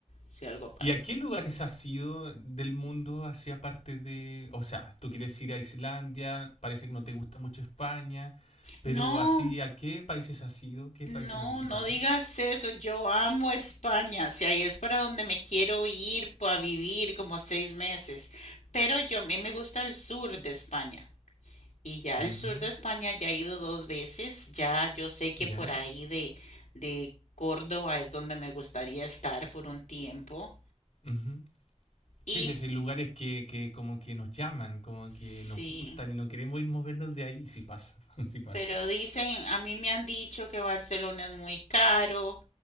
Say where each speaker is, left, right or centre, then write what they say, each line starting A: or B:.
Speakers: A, on the left (about 85°); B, on the left (about 60°).
A: si algo pasa.
B: ¿Y a qué lugares has ido del mundo hacia parte de... O sea, tú quieres ir a Islandia, parece que no te gusta mucho España, pero
A: No,
B: así, ¿a qué países has ido? ¿Qué países
A: no,
B: has visitado?
A: no digas eso. Yo amo España. Si ahí es para donde me quiero ir pa- a vivir como seis meses. Pero yo a mí me gusta el sur de España. Y ya
B: Ujú,
A: al sur de España ya he ido dos veces, ya yo sé que
B: ¿Ya?
A: por ahí de, de Córdoba es donde me gustaría estar por un tiempo.
B: ujú.
A: Y
B: Sí, sí,
A: s-
B: sí, hay lugares que, que como que nos llaman, como
A: sí,
B: que nos gustan y no queremos ir movernos de ahí, sí pasa, <laughs> sí pasa.
A: pero dicen, a mí me han dicho que Barcelona es muy caro,